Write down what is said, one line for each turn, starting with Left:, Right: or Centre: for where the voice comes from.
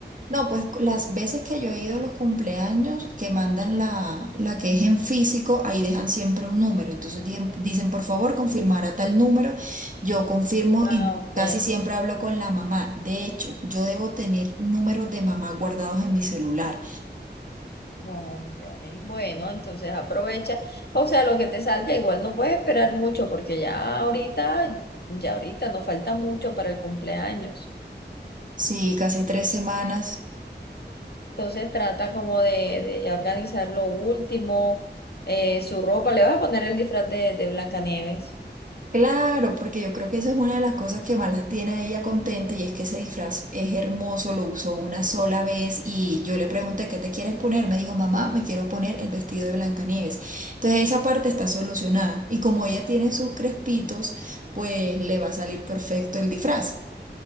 Right: No, pues las veces que yo he ido a los cumpleaños que mandan la, la que es en físico, ahí dejan siempre un número. Entonces dicen, dicen, por favor, confirmar a tal número. Yo confirmo
Left: Ah,
Right: y
Left: ok,
Right: casi siempre hablo con la mamá. De hecho, yo debo tener números de mamá guardados en mi celular.
Left: ok. Bueno, entonces aprovecha. O sea, lo que te salga, igual no puedes esperar mucho, porque ya ahorita, ya ahorita nos falta mucho para el cumpleaños.
Right: Sí, casi tres semanas.
Left: Entonces trata como de, de ya organizar lo último, eh, su ropa. Le vas a poner el disfraz de, de Blancanieves.
Right: Claro, porque yo creo que eso es una de las cosas que más la tiene a ella contenta y es que ese disfraz es hermoso, lo usó una sola vez y yo le pregunté, ¿qué te quieres poner? Me dijo, mamá, me quiero poner el vestido de Blancanieves. Entonces esa parte está solucionada y como ella tiene sus crespitos, pues le va a salir perfecto el disfraz.